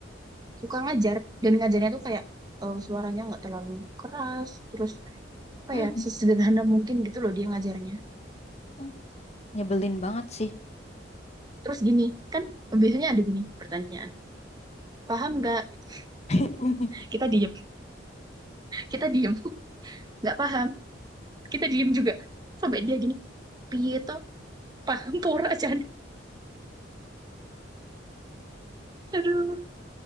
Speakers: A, on the right; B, on the left.
A: suka ngajar dan ngajarnya tuh kayak eh, suaranya nggak terlalu keras terus apa
B: Hmm,
A: ya sesederhana mungkin gitu loh dia ngajarnya
B: hmm. Nyebelin banget sih.
A: terus gini kan biasanya ada gini pertanyaan paham nggak Gitu.
B: <laughs>
A: kita diem kita diem nggak paham kita diem juga sampai dia gini piye toh paham pura aja aduh